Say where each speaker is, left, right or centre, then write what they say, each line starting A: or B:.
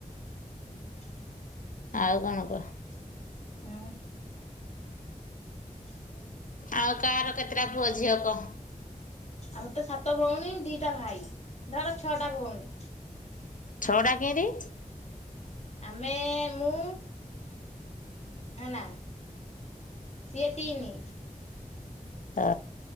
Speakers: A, on the left; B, on the left.
A: <inaudible>
B: ଆଉ କଣ କୁହ?
A: ହୁଁ ହୁଁ <inaudible>
B: ଆଉ କାହାର କେତେଟା ପୁଅ ଝିଅ କହ?
A: ଆମେ ତ ସାତ ଭଉଣୀ, ଦିଟା ଭାଇ ଧର ଛଅଟା ଭଉଣୀ।
B: ଛଅଟା କେନତି?
A: ଆମେ, ମୁଁ ନା ସିଏ ତିନି
B: ଓ